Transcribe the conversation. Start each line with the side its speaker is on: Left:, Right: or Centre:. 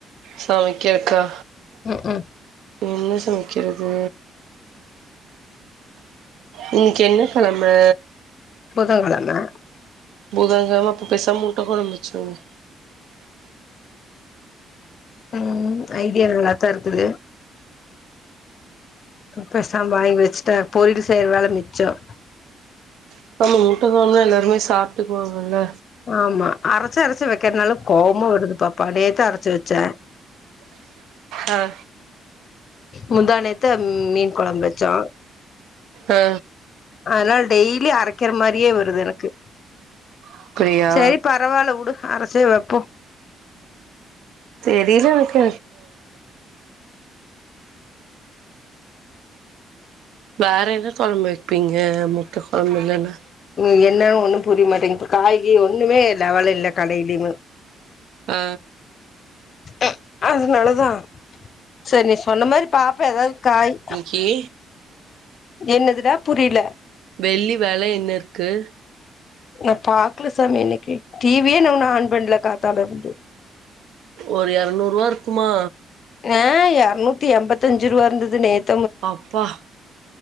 Right: சமைக்கலக்கா
Left: ம் ம்
Right: என்ன சமைக்கிறது இன்னிக்கு என்ன கெழமை
Left: புதன்கெழமை
Right: புதன் கெழமை பேசாம முட்டை கொழம்பு வெச்சிருங்க
Left: ம் ஐடியா நல்லதா இருக்குது பேசாம வாங்கி வச்சுட்டேன் பொரியில் செய்யற வேலை மிச்சம்
Right: இப்ப நம்ம முட்டை கொழம்புன்னா எல்லாருமே சாப்ட்டு பேவாங்கல்ல
Left: ஆமா அரைச்சு அரைச்சு வைக்கிறதுனால கோவமா வருது பாப்பா நேத்து அரைச்சி வச்சே
Right: ஆ
Left: முந்தா நேத்து அம் மீன் கெழம்பு வச்சோ
Right: ஆ
Left: அதனால டெய்லி அரைக்கிற மாரியே வருது எனக்கு
Right: அப்டியா
Left: சரி பா பரவால வுடு அரச்சிக்கலா போ
Right: தெரியல எனக்கு வேற என்ன கொழம்பு வைப்பீங்க முட்டை கொழம்பு இல்லனா
Left: ம் என்ன ஒண்ணு புரியமாட்டேங்குது இப்ப காய்கறி ஒண்ணுமே இல்ல அவ இல்ல கடையலையு
Right: ஆ
Left: அ அதனால தா செரி சொன்ன மாரி பாப்பே ஏதாவது காய்
Right: ஏ
Left: என்னது தா புரியல
Right: வெள்ளி வெல என்ன இருக்கு
Left: நா பாக்கல சார் இன்னிக்கு டிவியே நா உன்னும் ஆன் பன்ல காத்தால இருந்து
Right: ஒரு எரநூறுவா இருக்குமா
Left: ஆ எரநூத்தி எம்பத்தஞ்சு ரூவா இருந்தது நேத்
Right: அப்பா